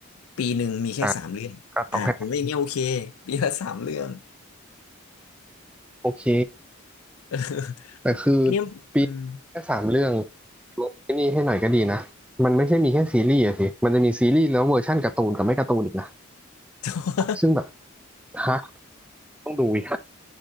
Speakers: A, on the left; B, in the centre.
A: ปีหนึ่งมีแค่สามเรื่องอ่าผมว่าอย่างเงี้ยโอเค
B: อ่ะก็ต้องให้
A: ปีละสามเรื่อง
B: โอเค
A: เออ
B: แต่คือ
A: อันเนี้ยอืม
B: ปีแค่สามเรื่อง
A: <laughs>
B: ลดไอ้นี่ให้หน่อยก็ดีนะมันไม่ใช่มีแค่ซีรีส์อะสิมันจะมีซีรีส์แล้วเวอร์ชั่นการ์ตูนกับไม่การ์ตูนอีกนะ
A: แต่ว่า
B: ซึ่งแบบฮะต้องดูอีก